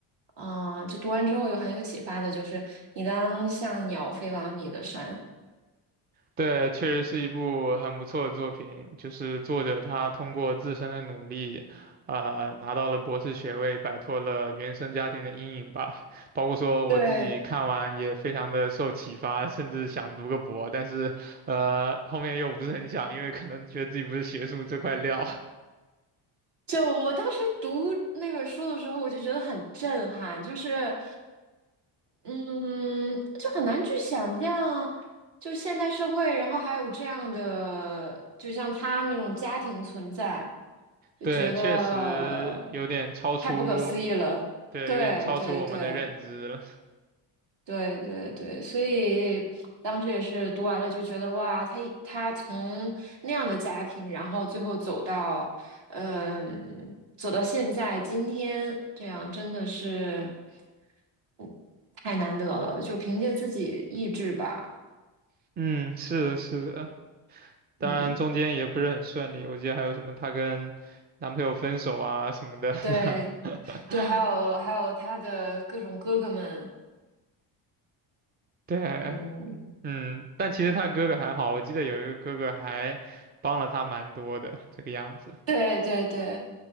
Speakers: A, on the right; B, on the right.
A: 啊、就读完之后有很有启发的，就是你当像鸟飞往你的山。
B: 对，确实是一部很不错的作品。就是作者他通过自身的努力，呃，拿到了博士学位，摆脱了原生家庭的阴影吧。包括说我自己看完也非常的受启发，
A: 对，
B: 甚至想读个博，但是呃后面又不是很想，因为可能觉得自己不是学术这块料。<laughs>
A: 就我当时读那本书的时候，我就觉得很震撼，就是。嗯，就很难去想象，就现代社会，然后还有这样的，就像他那种家庭存在，就觉得
B: 对，确实有点超出，
A: 太不可思议了。
B: 对，
A: 对对对，
B: 有点超出我们的认知了。
A: 对对对，所以当时也是读完了就觉得哇，他一他从那样的家庭，然后最后走到，嗯、走到现在今天这样，真的是，嗯，太难得了，就凭借自己意志吧，
B: <laughs> 嗯，是的，是的。当然中间也不是很顺利，
A: 嗯，
B: 我记得还有什么她跟男朋友分手啊什么的。
A: 对
B: <laughs>
A: 对，还有还有他的各种哥哥们，
B: 对，
A: 嗯，
B: 嗯，但其实她哥哥还好，我记得有一个哥哥还帮了她蛮多的，这个样子。
A: 对对对